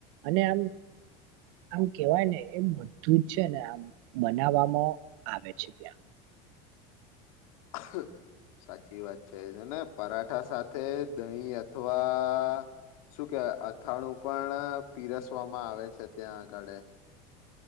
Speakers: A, on the right; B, on the left.
A: અને આમ આમ કેવાય ને એમ બધું જ છે ને આમ મનાવવામાં આવે છે ત્યાં
B: <unintelligible> સાચી વાત છે ને પરાઠા સાથે દહીં અથવા શું કેવાય અથાણું પણ પીરસવામાં આવે છે ત્યાં આગળે